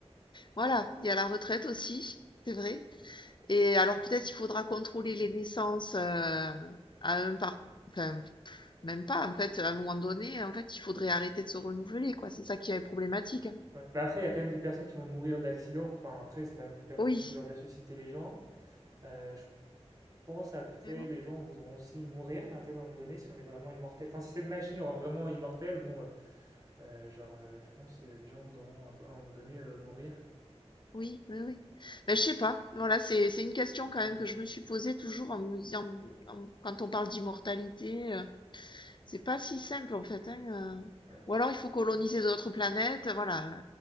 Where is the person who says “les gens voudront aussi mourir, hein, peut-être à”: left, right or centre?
Right